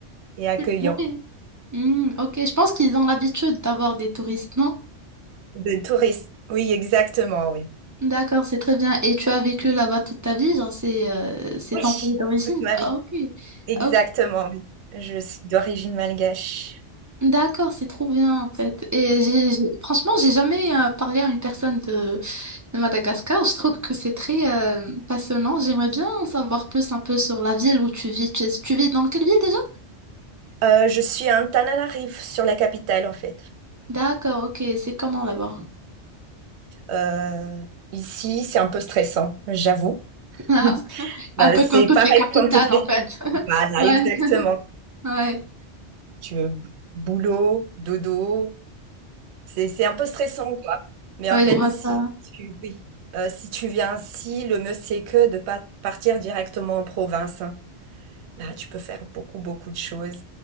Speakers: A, on the right; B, on the right.
A: et accueillants.
B: C'est vrai. Hmm, ok, je pense qu'ils ont l'habitude d'avoir des touristes, non?
A: De touristes. Oui, exactement, oui.
B: D'accord, c'est très bien. Et tu as vécu là-bas toute ta vie, genre c'est euh, c'est
A: Oui,
B: ton pays d'origine?
A: toute ma
B: Ah,
A: vie.
B: ok,
A: Exactement,
B: ok.
A: oui. Je suis d'origine malgache.
B: D'accord, c'est trop bien en fait. Et j'ai, j'ai- franchement, j'ai jamais euh, parlé à une personne de, de Madagascar. Je trouve que c'est très euh, passionnant. J'aimerais bien en savoir plus un peu sur la ville où tu vis. Tu, tu vis dans quelle ville déjà?
A: Euh, je suis à Antananarive, sur la capitale, en fait.
B: D'accord, ok. C'est comment là-bas?
A: Euh, ici, c'est un peu stressant, j'avoue.
B: <laughs>
A: <laughs>
B: Un
A: Euh,
B: peu
A: c'est
B: comme toutes
A: pareil
B: les capitales
A: comme toutes les
B: en fait.
A: villes.
B: <laughs>
A: Voilà,
B: Ouais,
A: exactement.
B: ouais,
A: Tu veux boulot, dodo, c'est c'est un peu stressant, quoi. Mais
B: ouais,
A: en fait,
B: je vois
A: si
B: ça.
A: tu, oui, euh, si tu viens ici, le mieux c'est que de pas partir directement en province. hein. Là, tu peux faire beaucoup, beaucoup de choses.